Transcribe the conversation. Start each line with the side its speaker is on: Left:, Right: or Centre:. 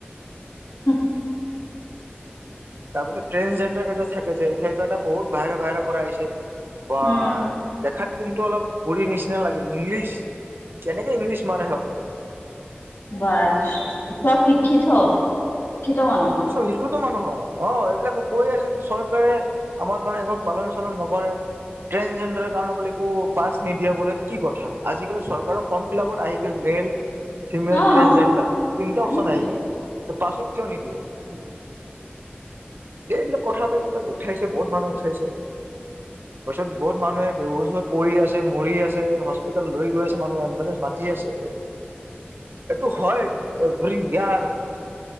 Left: হ
Right: তাৰপিছত ট্ৰেজেণ্ডাৰ কেইটা থাকে যে সেইকেইটা বহুত বাহৰে বাহৰে পৰা আহিছে। বা
Left: উম
Right: দেখাত কিন্তু অলপ পৰি নিচিনা লাগে ইংলিছ কেনেকে ইংলিছ মাৰে সিহঁতে
Left: বা চব শিক্ষিত। শিক্ষিত মানুহ
Right: তাৰ পিছত শিক্ষিতো মানুহ অ' এইবিলাকে কৈ আছে যে চৰকাৰে। আমাৰ কাৰণে এখন পালন-চালন নকৰে ট্ৰেনজেণ্ডাৰ কাৰণে বোলে একো পা নিদিয়া বলে কি কথা আজিকালি চৰকাৰৰ ফৰ্ম ফিল আপত আহি মেইল । ফিমেল
Left: অহ
Right: ট্ৰেন জেণ্ডাৰ তিনটা
Left: আহিছে।
Right: অপচন আহে, পছৱৰ্ড কিয় নিদিয়ে। <inaudible> এই কোঠালৈ কিবাক উঠাইছে বহুত মানুহ উঠাইছে। তাৰপিছত বহুত মানুহে বেহুচ হৈ পৰি আছে পৰি আছে । হস্পিতেেল লৈ গৈ আছে মানুহে এম্বুলেন্ঞ্চ মা তি আছে এইটো হয় এভৰি জ্ঞান হয়।